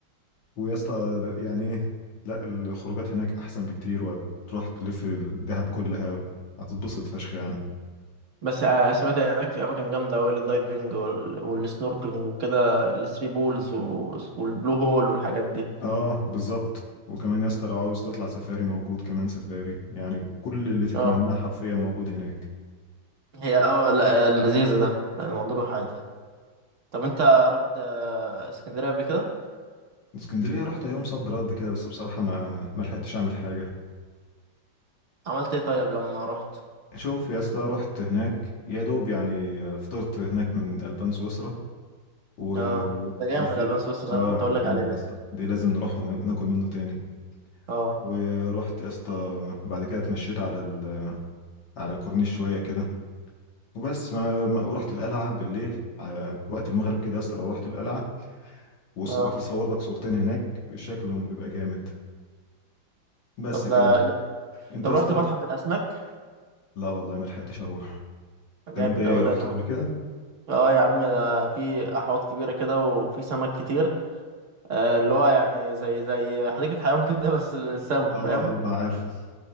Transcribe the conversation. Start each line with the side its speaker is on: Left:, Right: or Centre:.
Left: ويا اسطى يعني ايه لا الخروجات هناك احسن بكتير وهتروح تلف الدهب كلها هتتبسط فشخ يعني
Right: بس آه، سمعت هناك في اماكن جامده قوي للدايفنج وال- والسنوركلينج وكده الثري بولز و- والبلو هول والحاجات دي
Left: اه بالظبط وكمان يا اسطى لو عاوز تطلع سفاري موجود كمان سفاري يعني كل اللي تتمناه
Right: اه
Left: حرفيا موجود هناك
Right: هي اه لا، لذيذه ده يعني مضروح عادي طب انت رحت آه، اسكندريه قبل كده
Left: اسكندرية رحت يوم صد رد كده بس بصراحة ما ما لحقتش أعمل حاجة
Right: عملت ايه طيب لما رحت
Left: شوف يا اسطى رحت هناك يا دوب يعني فطرت هناك من ألبان سويسرا ولفيت
Right: اه ده جامد البان سويسرا اللي
Left: اه
Right: انا كنت
Left: هو
Right: اقول لك
Left: جامد
Right: عليه لسه
Left: يا اسطى دي لازم نروح وناكل منه تاني
Right: اه
Left: ورحت يا اسطى بعد كده اتمشيت على ال... على الكورنيش شوية كده وبس ما... ما... ورحت القلعة بالليل على وقت المغرب كده يا اسطى لو رحت القلعة وتصور
Right: اه
Left: لك صورتين هناك شكلهم بيبقى جامد بس
Right: طب
Left: كده
Right: ده
Left: انت
Right: طب
Left: يا
Right: رحت
Left: اسطى
Right: متحف
Left: رحت
Right: الاسماك
Left: لا والله ما لحقتش اروح
Right: جامد
Left: طب انت ايه
Right: اوي ده
Left: رحت
Right: كمان
Left: قبل كده
Right: اه يا عم ده في احواض كبيره كده وفي سمك كتير آه اللي هو يعني زي زي حديقه حيوان <laughs> كده بس للسمك
Left: اه
Right: فاهم
Left: اه عارف